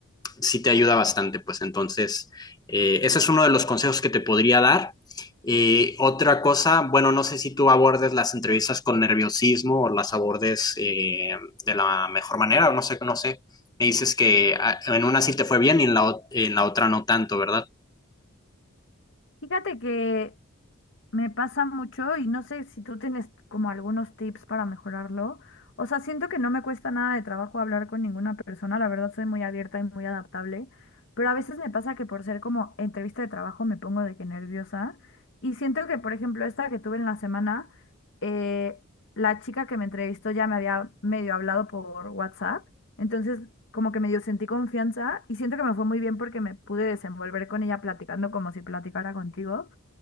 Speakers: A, on the left; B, on the left.
A: sí te ayuda bastante, pues entonces, eh, ese es uno de los consejos que te podría dar. Eh, otra cosa, bueno, no sé si tú abordes las entrevistas con nerviosismo o las abordes eh, de la mejor manera, o no sé, no sé. Me dices que ah, en una sí te fue bien y en la, en la otra no tanto, ¿verdad?
B: Fíjate que Me pasa mucho y no sé si tú tienes como algunos tips para mejorarlo. O sea, siento que no me cuesta nada de trabajo hablar con ninguna persona. La verdad soy muy abierta y muy adaptable. Pero a veces me pasa que por ser como entrevista de trabajo me pongo de que nerviosa. Y siento que, por ejemplo, esta que tuve en la semana, eh, la chica que me entrevistó ya me había medio hablado por WhatsApp. Entonces, como que medio sentí confianza y siento que me fue muy bien porque me pude desenvolver con ella platicando como si platicara contigo.